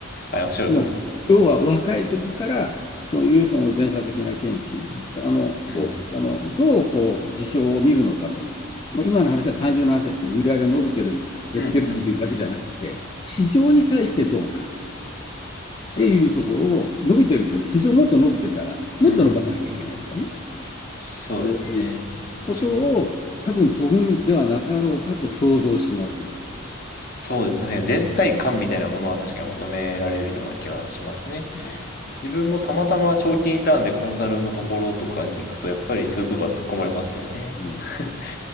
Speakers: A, on the left; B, on the left.
A: はい、おっしゃる通りです。
B: ね要は若い時からそういうその前者的な見地、あの、
A: うん。
B: こう、あの、どうこう事象を見るのかと。もう今の話は単純な話ですね。売り上げが伸びてる、
A: うん、
B: 減ってるっていうだけじゃなくて、
A: うん、うん。
B: 市場に対してどうか
A: そうです。
B: っていうところを伸びてるけど、市場もっと伸びてたら、もっと伸ばさなきゃいけないとかね。
A: うん。そうですね。
B: そういうことを多分とぶんではなかろうかと想像します。
A: 自分、そうですね。確かに全体感みたいなものは確かに求められるような気はしますね。
B: はい。
A: 自分もたまたま長期インターンでコンサルのところとかに行くと、やっぱりそういうことは突っ込まれますよね。
B: うん。
A: <laughs>